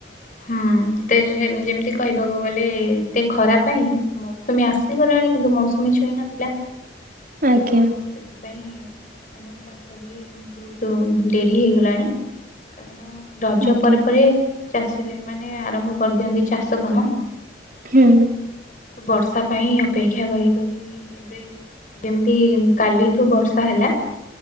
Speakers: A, on the left; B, on the right.
A: ହୁଁ। ଏତେ ସେ ଯେମତି କହିବାକୁ ଗଲେ ଏତେ ଖରା ପାଇଁ, ମୌସୁମୀ ଆସିଗଲାଣି କିନ୍ତୁ ମୌସୁମୀ ଛୁଇଁ ନଥିଲା,
B: ଆଜ୍ଞା।
A: ତ ସେ ସେଇ ପାଇଁ ମାନେ ଚାଷ ବି ବହୁତୁ ଡେରି ହେଇଗଲାଣି, କାରଣ ରଜ
B: ଆଜ୍ଞା
A: ପରେ ପରେ ଚାଷୀ ଭାଇମାନେ ଆରମ୍ଭ କରିଦିଅନ୍ତି, ଚାଷ କାମ।
B: ଖୁଁ।
A: ବର୍ଷା ପାଇଁ ଅପେକ୍ଷା କରି କରି ଏବେ ଯେମିତି କାଲିଠୁ ବର୍ଷା ହେଲା,